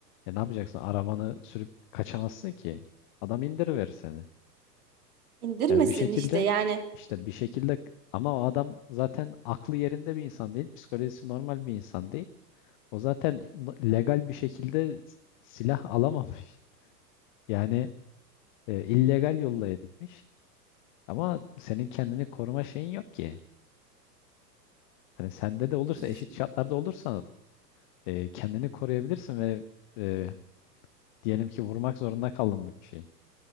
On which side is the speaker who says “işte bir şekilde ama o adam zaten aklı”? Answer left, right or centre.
Left